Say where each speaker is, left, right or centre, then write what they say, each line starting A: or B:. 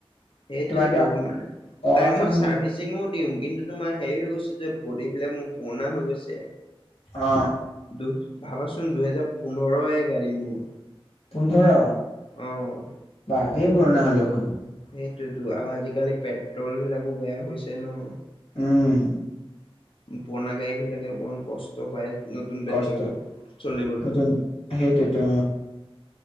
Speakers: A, on the left; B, on the left.
A: সেইটোয়েতো
B: তোমাৰ এতিয়া
A: মানে
B: অল
A: টাইমত
B: আছাম
A: চাৰ্ভিচিঙো দিওঁ। কিন্তু তোমাৰ হেৰি হৈ গৈছে যে বডিবিলাক মোৰ পুৰণা হৈ গৈছে।
B: অ
A: দু ভাবাচোন দুহেজাৰ পোন্ধৰয়ে গাড়ী মোৰ।
B: পোন্ধৰ
A: অ'।
B: বা ধে পুৰণা হ'লে দেখোন।
A: সেইটোয়েতো আৰু আজিকালি পেট্ৰলবিলাকো বেয়া হৈছে ন।
B: উম।
A: পুৰণা গাড়ীবিলাকে অকণমান কষ্ট পায়। নতুন বেট্ৰলটোক
B: কষ্ট
A: চলিবলৈ।
B: নতুন সেইটোতো